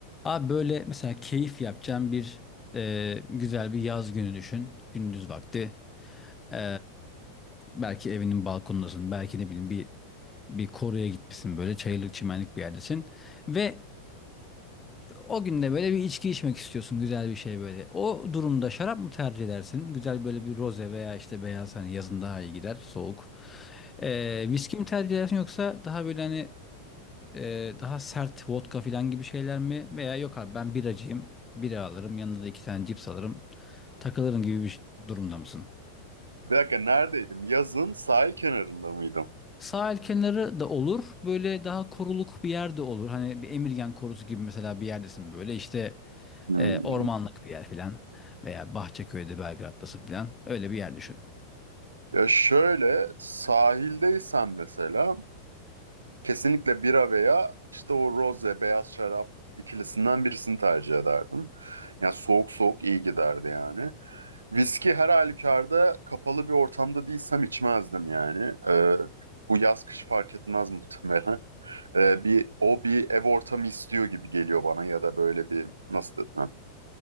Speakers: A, on the left (about 15°); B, on the right (about 75°).
A: Abi böyle mesela keyif yapacağın bir e, güzel bir yaz günü düşün. Gündüz vakti. E, belki evinin balkonundasın. Belki ne bileyim bir bir koruya gitmişsin böyle çayırlık çimenlik bir yerdesin. Ve o günde böyle bir içki içmek istiyorsun güzel bir şey böyle. O durumda şarap mı tercih edersin? Güzel böyle bir roze veya işte beyaz hani yazın daha iyi gider soğuk. E, viski mi tercih edersin yoksa daha böyle hani e, daha sert vodka falan gibi şeyler mi? Veya yok abi ben biracıyım. Bira alırım. Yanında da iki tane cips alırım. Takılırım gibi bir durumda mısın?
B: Bir dakika neredeydim? Yazın sahil kenarında mıydım?
A: Sahil kenarı da olur. Böyle daha koruluk bir yer de olur. Hani bir Emirgan korusu gibi mesela bir yerdesin böyle. İşte
B: Hmm.
A: e, ormanlık bir yer filan. Veya Bahçeköy'de Belgrad'dasın filan. Öyle bir yer düşün.
B: Ya şöyle sahildeysen mesela kesinlikle bira veya işte o roze beyaz şarap ikilisinden birisini tercih ederdim. Ya soğuk soğuk iyi giderdi yani. Viski her halükarda kapalı bir ortamda değilsem içmezdim yani. Ee, bu yaz kış fark etmez muhtemelen. Ee, bir o bir ev ortamı istiyor gibi geliyor bana ya da böyle bir nasıl desem